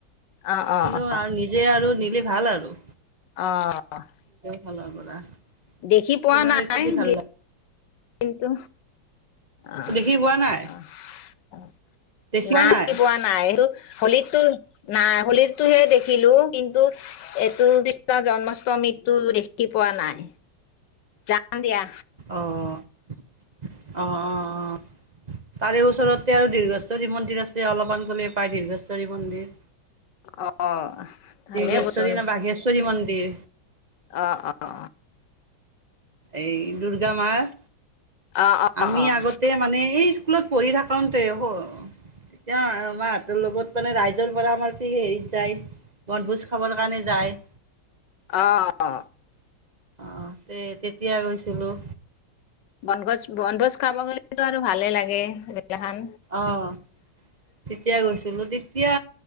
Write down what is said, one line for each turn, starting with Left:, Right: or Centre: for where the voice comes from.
Left: অ',
Right: কিন্তু
Left: অ',
Right: আৰু নিজে আৰু নিলে ভাল আৰু।
Left: অহ
Right: নিজৰ ফালৰ পৰা।
Left: দেখি পোৱা
Right: কিনৰিত
Left: নাই
Right: থাকি
Left: <unintelligible>
Right: ভাল লাগে
Left: কিন্তু অ-অ-অ
Right: দেখি পোৱা নাই দেখি
Left: না আহি
Right: নাই
Left: পোৱা নাই এইটো হোলীতো নাই হোলীৰটোহে দেখিলো কিন্তু এইটো কৃষ্ণৰ জন্মাষ্টমী সিটো দেখি পোৱা নাই যাম দিয়া।
Right: অহ - অহ - অহ - অহ তাৰে ওচৰতে আৰু দীৰ্ঘচৰী মন্দিৰ আছে, অলপমান গলে পায় দীৰ্ঘেশ্বৰী মন্দিৰ।
Left: অ। ভালে
Right: দীৰ্ঘেশ্বৰী
Left: বচন
Right: না বাঘেশ্বৰী মন্দিৰ
Left: অ, অ, অ।
Right: এই দুৰ্গা মাৰ,
Left: অ',
Right: আমি
Left: অ',
Right: আগতে মানে এই স্কুলত পঢ়ি থাকোতেৰ লগত ম নিজৰ পৰা আমাৰ আপি হেৰিত যায় বনভোজ খাবৰ কাৰণে যায়।
Left: অ
Right: অঁ তে তেতিয়া গৈছিলোঁ।
Left: বন ভোজ, বন ভোজ খাব গলেটো আৰু ভালে লাগে। এইগিলাখান
Right: অঁ।
Left: <unintelligible>
Right: তেতিয়া গৈছিলোঁ তেতিয়া